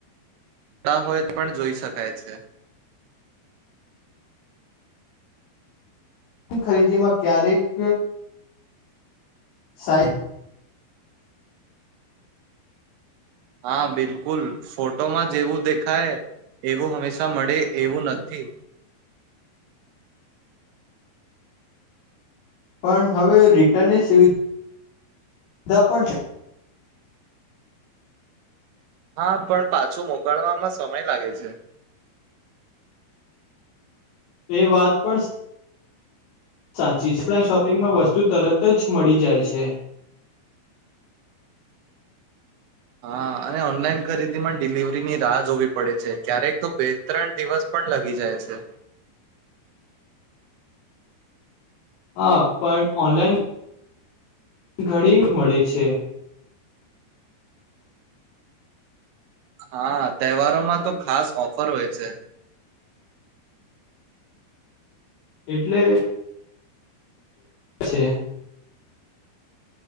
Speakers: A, on the right; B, on the left.
A: ના હોય પણ જોઈ શકાય છે.
B: ખરીદીમાં ક્યારેક સાઈ
A: હા બિલકુલ ફોટોમાં જેવું દેખાય, એવું હંમેશા મળે એવું નથી.
B: પણ, હવે રિટર્નની સુવિધા. દ પણ
A: હા, પણ પાછું મોકલવામાં સમય લાગે છે.
B: તે વાત પણ સ સાચી ઓનલાઈન શોપિંગમાં વસ્તુ તરત જ મળી જાય છે. <unintelligible>
A: હા, અને ઓનલાઈન ખરીદીમાં ડિલિવરીની રાહ જોવી પડે છે. ક્યારેક તો બે ત્રણ દિવસ પણ લગી જાય છે.
B: હા પણ ઓનલાઈન ઘણી, મળે છે,
A: હા, તહેવારો માં તો, ખાસ ઓફર હોય છે.
B: એટલે! છે.